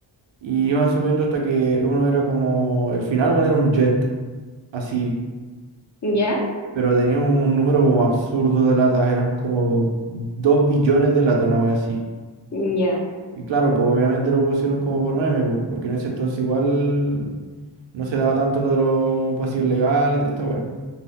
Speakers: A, on the right; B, on the left.
A: Y iban subiendo hasta que uno era como. El final, bueno, era un jet, así.
B: ujú, ¿Ya?
A: Pero tenía un, un número como absurdo de latas, eran como dos billones de latas, una wea así.
B: ¿Ya?
A: Y claro, pues obviamente lo pusieron como por meme, pues, porque en ese entonces igual no se daba tanto lo de los vacíos legales y toda esta wea.